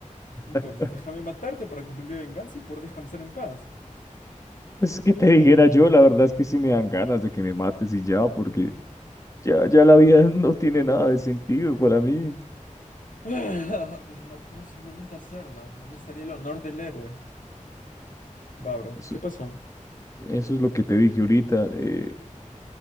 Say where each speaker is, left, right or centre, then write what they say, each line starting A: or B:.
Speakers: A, on the left (about 75°); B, on the left (about 25°).
A: Entonces
B: <laughs>
A: déjame matarte para cumplir mi venganza y poder descansar en paz.
B: Es que te dijera yo, la verdad es que sí me dan ganas de que me mates y ya, porque ya, ya la vida <laughs> no tiene nada de sentido para mí.
A: Ah, pero no puedo simplemente hacerlo. ¿Dónde estaría el honor del héroe? Babro,
B: Eso,
A: ¿qué pasó?
B: eso es lo que te dije ahorita. eh,